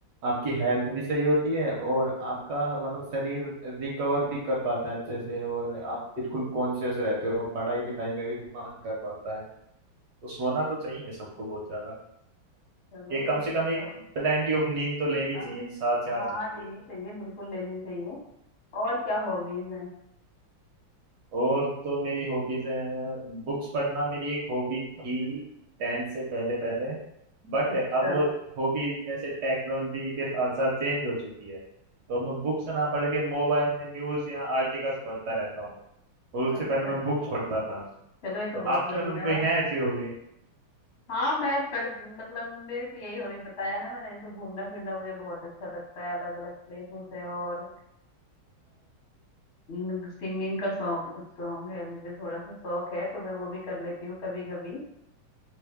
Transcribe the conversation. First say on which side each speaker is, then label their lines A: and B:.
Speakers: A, on the right; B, on the left.
A: आपकी हेल्थ भी सही होती है और आपका मतलब शरीर रिकवर भी कर पाता है अच्छे से और आप बिल्कुल कॉन्शियस रहते हो पढ़ाई लिखाई में भी मन कर पाता है तो सोना तो चाहिए सबको बहुत ज्यादा
B: चलो
A: ये कम
B: ये ठीक
A: से कम एक
B: है। तो
A: प्लेंटी ऑफ नींद तो लेनी
B: अ,
A: चाहिए सात से
B: हाँ
A: आठ घंटे
B: लेनी चाहिए बिल्कुल लेनी चाहिए और क्या हॉबीज हैं
A: और तो मेरी हॉबीज हैं बुक्स पढ़ना मेरी एक हॉबी थी टेंथ से पहले पहले बट
B: अच्छा
A: अब वो हॉबी जैसे टेक्नोलॉजी के साथ साथ चेंज हो चुकी है तो मैं बुक्स ना पढ़ के मोबाइल में न्यूज या आर्टिकल्स पढ़ता रहता हूँ और उससे
B: अच्छा
A: पहले मैं बुक्स पढ़ता था
B: चलो ये तो
A: तो
B: बहुत
A: आपकी
B: बढ़िया
A: मतलब कोई
B: है
A: है ऐसी हॉबी
B: हाँ मैं पढ़ मतलब मेरे तो यही हॉबी बताया ना मैंने जैसे घूमना फिरना मुझे बहुत अच्छा लगता है अलग अलग प्लेसेस है और हम्म, सिंगिंग का शौक शौक है मुझे थोड़ा सा शौक है तो मैं वो भी कर लेती हूँ कभी कभी